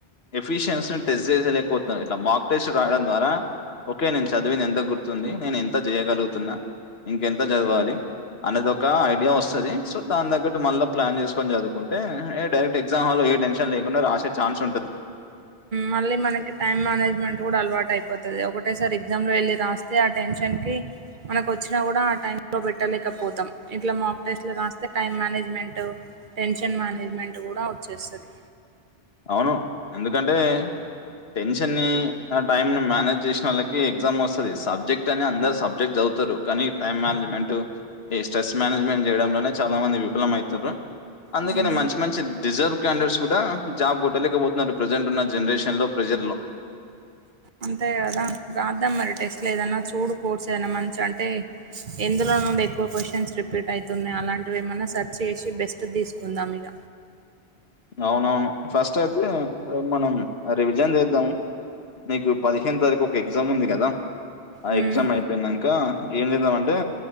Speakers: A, on the left (about 75°); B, on the right (about 55°).
A: ఎఫిషియన్సీని టెస్ట్ చేసేలేకపోతుంది ఇట్లా మాక్ టెస్ట్ రావడం ద్వారా ఓకే నుంచి చదివింది ఎంత గుర్తుంది నేను ఎంత చేయగలుగుతున్నా ఇంకెంత చదవాలి అనేది ఒక ఐడియా వస్తుంది సో దాని తగ్గట్టు మళ్ళీ ప్లాన్ చేసుకొని చదువుకుంటే ఏ డైరెక్ట్ ఎగ్జామ్ హల్ ఏ టెన్షన్ లేకుండా రాసే ఛాన్స్ ఉంటది
B: మళ్ళీ మనకి టైం మేనేజ్మెంట్ కూడా అలవాటు అయిపోతుది ఒకటేసారి ఎగ్జామ్ లో వెళ్లి రాస్తే ఆ టెన్ టైం కి మనకి వచ్చినా కూడా ఆ టై లో పెట్టలేకపోతాం ఇట్లా మాక్ టెస్ట్ లో రాస్తే టైం మే మేనేజ్మెంట్ టెన్షన్ మేనేజ్మెంట్ కూడ వచ్చేస్తుంది
A: అవును ఎందుకంటే టెన్షన్ని ని టైమ్ ని మేనేజ్ చేసిన వాళ్లకి ఎగ్జామ్ వస్తది సబ్జెక్ట్ అని అందరు సబ్జెక్ట్ చ పోతారు కానీ టైమ్ మేనేజ్మెంట్ ఈ స్ట్రెస్ మేనేజ్మెంట్ చేయడంలోనే చాల మంది విఫలం అయీతారు అందుకనే
B: హ్మ్.
A: మంచి మంచి రడిజర్వ్ క్యాండర్స్ కూడ జాబ్ కొట్టలేకపోతున్నారు ప్రెజెంట్ ఉన్న జనరేషన్ లో ప్రెజర్ లో
B: అంతే కదా రాద్దాం మరి టెస్ట్ లో ఏదన్నా చూడు కోర్స్ ఏన మంచి అంటే ఎందులో నుండి ఎక్కువ క్వశ్చన్స్ రిపీట్ అయితున్నాయి అలాంటివి ఏమైన్నా సర్చ్ చేసి బెస్ట్ తీసుకుందాం ఇగ
A: అవునవును ఫస్ట్ అయితే మనం రివిజన్ చేద్దాం నీకు పదిహేను తారీఖు ఒక ఎగ్జామ్ ఉంది కద ఆ
B: హ్మ్.
A: ఎగ్జామ్ అయిపోయినాంక ఏం చేద్దాం అంటే